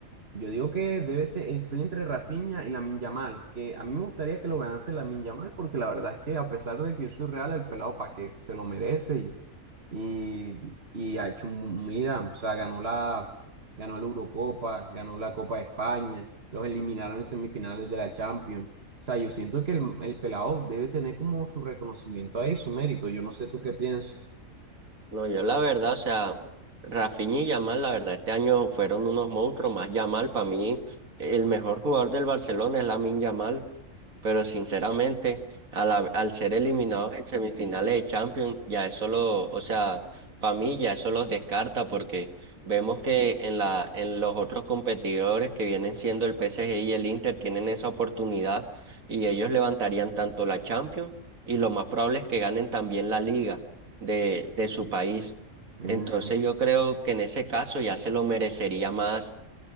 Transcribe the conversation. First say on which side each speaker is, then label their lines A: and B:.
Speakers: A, on the right; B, on the right.
A: yo digo que debe ser, estoy entre Rafinha y Lamine Yamal, que a mí me gustaría que lo ganase Lamine Yamal, porque la verdad es que a pesar de que yo soy real, el pelado pa' qué, se lo merece y, y ha hecho, un- mira, o sea, ganó la, ganó la Eurocopa, ganó la Copa de España, los eliminaron en semifinales de la Champions. O sea, yo siento que el, el pelado debe tener como su reconocimiento ahí, su mérito. Yo no sé tú qué piensas.
B: No, yo la verdad, o sea, Rafinha y Yamal, la verdad, este año fueron unos monstruos, más Yamal, para mí el mejor jugador del Barcelona es Lamine Yamal, pero sinceramente, a la- al ser eliminados en semifinales de Champions, ya eso lo, o sea, para mí ya eso los descarta, porque vemos que en la, en los otros competidores que vienen siendo el PSG y el Inter tienen esa oportunidad y ellos levantarían tanto la Champions y lo más probable es que ganen también la Liga de, de su país.
A: Mm,
B: Entonces yo creo que en ese caso ya se lo merecería más